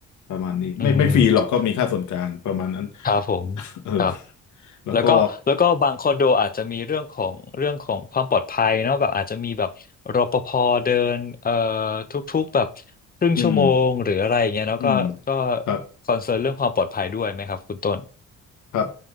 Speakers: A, on the left; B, on the left.
A: ประมาณนี้ไม่ไม่ฟรีหรอกก็มีค่าส่วนกลางประมาณนั้น
B: อืมครับผม
A: <laughs> เออ
B: ครับ
A: แล้วก็
B: แล้วก็แล้วก็บางคอนโดอาจจะมีเรื่องของเรื่องของความปลอดภัยเนาะแบบอาจจะมีแบบรปภเดินเอ่อทุกๆแบบครึ่งชั่วโมงหรืออะไรอย่างเงี้ยเนาะก็ก็
A: อืมอืมครับ
B: คอนเซิร์นเรื่องความปลอดภัยด้วยไหมครับคุณต้น
A: ครับ